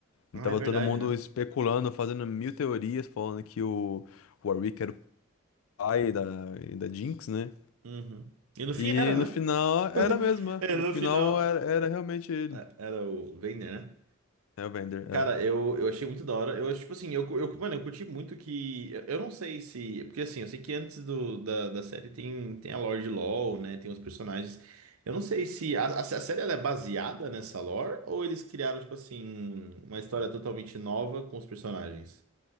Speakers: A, on the left (about 75°); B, on the right (about 85°).
A: E
B: Ah,
A: tava
B: é verdade,
A: todo mundo
B: né?
A: especulando, fazendo mil teorias, falando que o Warwick era o pai da, da Jinx, né?
B: Uhum. E no fim
A: E
B: era, né?
A: no final era
B: <laughs>
A: mesmo, é.
B: É,
A: No
B: No
A: final
B: final,
A: era, era realmente ele.
B: é, era o Vayner, né?
A: É o Vander,
B: Cara, eu, eu achei muito da hora. Eu, acho, tipo assim, eu, cu- eu, cu- mano, eu curti muito que. Eu eu não sei se. Porque assim, eu sei que antes do, da, da série tem, tem a lore de LoL, né? Tem os personagens. Eu não sei se. A, a, a série ela é baseada nessa lore ou eles criaram, tipo assim, uma história totalmente nova com os personagens?